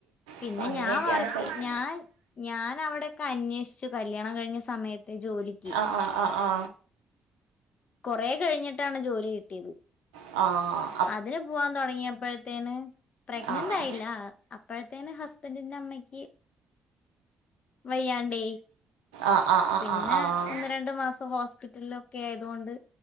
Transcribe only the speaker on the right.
അപ്പൊ അങ്ങനെയൊക്കെയാണ്
കാര്യം
ആ ആ ആ
ആ
ആഹ്
ആഹ് ആഹ് ആഹ്
ആഹ് ആഹ്